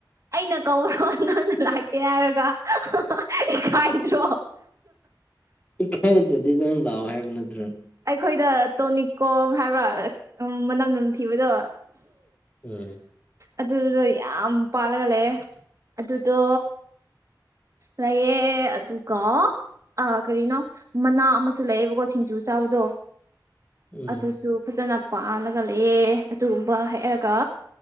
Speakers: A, on the right; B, on the left.
A: ꯑꯩꯅ ꯀꯧꯕ꯭ꯔꯣ ꯅꯪꯅ ꯂꯥꯛꯀꯦ ꯍꯥꯏꯔꯒ ꯏꯀꯥꯏꯗ꯭ꯔꯣ
B: ꯏꯀꯥꯏꯗꯔꯥꯗꯤ ꯅꯪ ꯂꯥꯛꯑꯣ ꯍꯥꯏꯕ ꯅꯠꯇ꯭ꯔꯣ
A: ꯑꯩꯈꯣꯏꯗ ꯇꯣꯅꯤꯀꯣꯡ ꯍꯥꯏꯕ꯭ꯔꯥ ꯃꯅꯝ ꯅꯝꯊꯤꯕꯗꯣ
B: ꯎꯝ
A: ꯑꯗꯨꯗꯨꯗꯣ ꯌꯥꯝ ꯄꯥꯜꯂꯒ ꯂꯩꯑꯦ ꯑꯗꯨꯗꯣ ꯂꯩꯑ ꯑꯗꯨꯒ ꯑ ꯀꯔꯤꯅꯣ ꯃꯅꯥ ꯑꯃꯁꯨ ꯂꯩꯌꯦꯕꯀꯣ ꯁꯤꯡꯖꯨ ꯆꯥꯕꯗꯣ
B: ꯎꯝ
A: ꯑꯗꯨꯁꯨ ꯐꯖꯅ ꯄꯥꯜꯂꯒ ꯂꯩꯑꯦ ꯑꯗꯨꯒꯨꯝꯕ ꯍꯦꯛꯔꯒ